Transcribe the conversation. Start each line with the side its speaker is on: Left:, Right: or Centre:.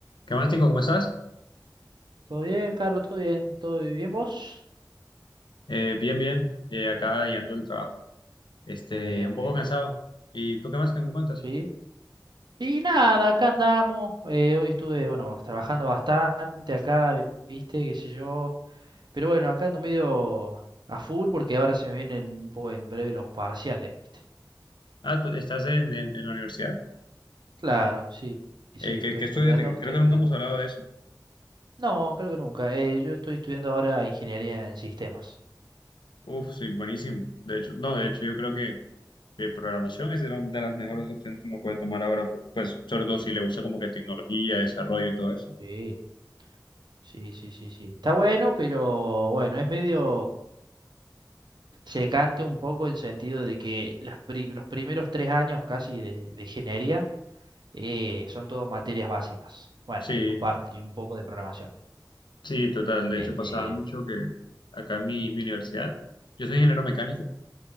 Left: ¿Qué más, chico? ¿Cómo estás?
Right: Todo bien, Carlos, todo bien, todo bien, ¿vos?
Left: Eh, bien, bien. eh, acá llegando del trabajo. Este,
Right: Muy bien,
Left: un
Right: muy
Left: poco
Right: bien,
Left: cansado. ¿Y tú qué más? ¿Qué me cuentas?
Right: sí. Y nada, acá andamos. eh, hoy estuve, bueno, trabajando bastante acá, vi- viste, qué sé yo. Pero bueno, acá ando medio a full porque ahora se me vienen un poco en breve los parciales, viste.
Left: Ah, tú estás en, en- en la universidad.
Right: Claro, sí, sí,
Left: Eh, ¿qué,
Right: estoy
Left: qué
Right: estudiando,
Left: estudias?
Right: estoy
Left: Creo que
Right: estudiando.
Left: nunca hemos hablado de eso.
Right: No, creo que nunca. eh, yo estoy estudiando ahora ingeniería en sistemas.
Left: Uf, sí, buenísimo. De hecho, no, de hecho, yo creo que, que programación es de, la- de las mejores opciones que uno puede tomar ahora. por- Pues, sobre todo si le gusta como que tecnología, desarrollo y todo eso.
Right: Sí, sí, sí, sí, sí. Está bueno, pero bueno, es medio. secante un poco en sentido de que las pri- los primeros tres años casi de, de ingeniería eh, son todos materias básicas. Bueno,
Left: Sí,
Right: y un par- y un poco de programación.
Left: sí, total. De
Right: Eh,
Left: hecho, pasaba
Right: eh,
Left: mucho que acá en mi mi universidad, yo soy ingeniero mecánico.